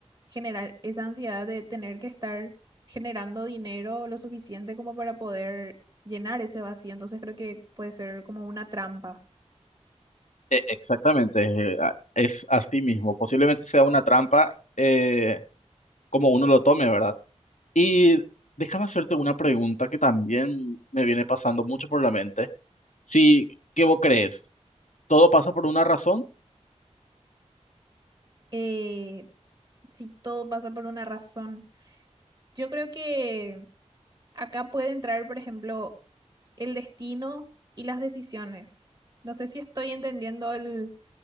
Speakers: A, on the right; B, on the left.
A: generar esa ansiedad de tener que estar generando dinero lo suficiente como para poder llenar ese vacío. Entonces creo que puede ser como una trampa.
B: E- exactamente, eh, a- es así mismo, posiblemente sea una trampa eh, como uno lo tome, ¿verdad? Y déjame hacerte una pregunta que también me viene pasando mucho por la mente. Si, ¿qué vos crees? ¿Todo pasa por una razón?
A: Eh, si todo pasa por una razón. Yo creo que acá puede entrar, por ejemplo, el destino y las decisiones. No sé si estoy entendiendo el,